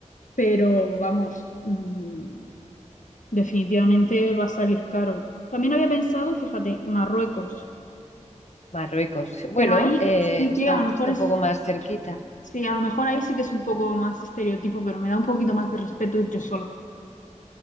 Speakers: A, on the left; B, on the left.
A: pero vamos, mm, definitivamente va a salir caro. También había pensado, fíjate, Marruecos,
B: Marruecos. Bueno,
A: pero ahí
B: eh,
A: sí
B: está,
A: que a
B: un-
A: lo mejor
B: está
A: es,
B: un poco más cerquita
A: sí, a lo mejor ahí sí que es un poco más estereotipo, pero me da un poquito más de respeto ir yo sola.